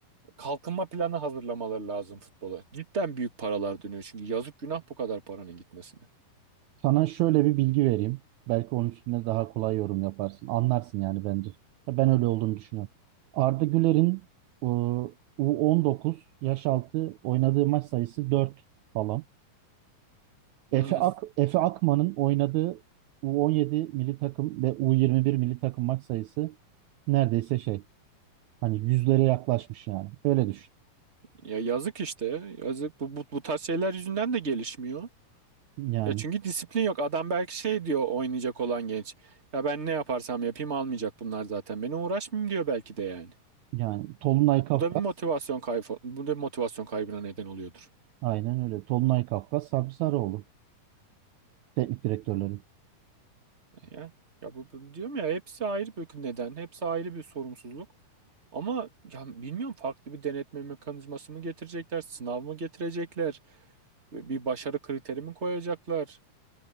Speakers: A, on the right; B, on the right.
A: Kalkınma planı hazırlamaları lazım futbola. Cidden büyük paralar dönüyor çünkü yazık günah bu kadar paranın gitmesine.
B: Sana şöyle bir bilgi vereyim. Belki onun üstüne daha kolay yorum yaparsın. Anlarsın yani bence. Ya Ben öyle olduğunu düşünüyorum. Arda Güler'in e, U19 yaş altı oynadığı maç sayısı 4 falan.
A: <laughs>
B: Efe, Ak Efe Akman'ın oynadığı U17 milli takım ve U21 milli takım maç sayısı neredeyse şey hani yüzlere yaklaşmış yani. Öyle düşün.
A: Ya yazık işte. Yazık bu, bu, bu tarz şeyler yüzünden de gelişmiyor.
B: Yani
A: Ya çünkü disiplin yok. Adam belki şey diyor oynayacak olan genç. Ya ben ne yaparsam yapayım almayacak bunlar zaten. Beni uğraşmayayım diyor belki de yani.
B: yani Tolunay Kafkas
A: Bu da bir motivasyon kaybı, bu da bir motivasyon kaybına neden oluyordur.
B: aynen öyle. Tolunay Kafkas Sabri Sarıoğlu teknik direktörleri.
A: Ya, ya bu, bu diyorum ya hepsi ayrı bir neden, hepsi ayrı bir sorumsuzluk. Ama ya bilmiyorum farklı bir denetme mekanizması mı getirecekler, sınav mı getirecekler, bir başarı kriteri mi koyacaklar,